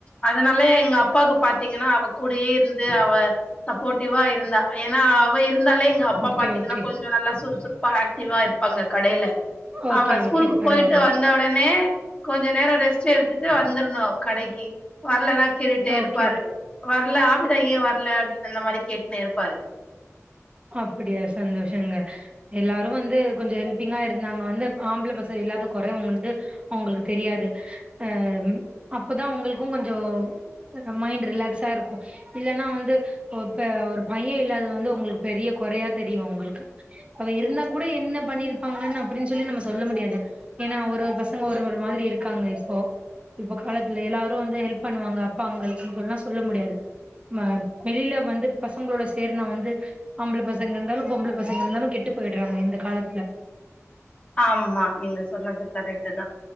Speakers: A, on the left; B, on the right.
A: அதனால எங்க அப்பாக்கு பாத்திங்கன்னா அவ கூடேயே இருந்து அவ ஃபோட்டிவா இருந்தா ஏன்னா அவ இருந்தாலே எங்க அப்பா
B: ஓகே
A: பாத்திங்கன்னா
B: ஓகே
A: கொஞ்சொ நல்லா சுறுசுறு பா ஆக்டிவ்வா இருப்பாங்க கடைல
B: ஓகே
A: அவ ஸ்கூலுக்கு
B: ஓகே பரவால்ல
A: பொயிட்டு வந்த ஒடனே கொஞ்சொ நேரொ ரெஸ்ட் எடுத்துட்டு வந்துர்ணு கடக்கி வர்லன்னா கேட்டுட்டே
B: ஓகே
A: இருப்பாரு
B: ஓகே
A: வர்ல ஆபிதா ஏ வர்ல அப்டின்னு அந்த மாரி கேட்ன்னே இருப்பாரு
B: அப்டியா சந்தோஷங்க எல்லாரு வந்து கொஞ்சொ ஹெல்பிங்கா இருந்தாங்க வந்து ஆம்பள பசங் இல்லாத கொற வந்து அவுங்ளுக்கு தெரியாது அ அப்பதா உங்ளுக்கு கொஞ்சோ இந்த மைண்ட்டு ரிலாக்ஸா இருக்கு இல்லன்னா வந்து இப்ப ஒரு பையெ இல்லாது வந்து உங்ளுக் பெரிய கொறையா தெரியு ஒங்களுக்கு அவெ இருந்தா கூட என்ன பண்ணிருப்பாங்கனு அப்டின்னு சொல்லி நம்ம சொல்ல முடியாது ஏன்னா ஒரு ஒரு பச ங்க ஒரு ஒரு மாதுரி இருக்காங்க இப்போ இப்ப காலத்துல எல்லாரு வந்து ஹெல்ப் பண்ணுவாங்க அப்பாங்கல்குன் சொன்னா சொல்ல முடியாது ம வெளில வந்து பசங்ளோட சேர்னா வந்து ஆம்பள பசங்க இருந்தாலு பொம்பள பசங்க இருந்தாலு கெட்டு போயிட்றாங்க இந்த காலத்துல
A: ஆமா நீங்க சொன்னது கரெட்டுதா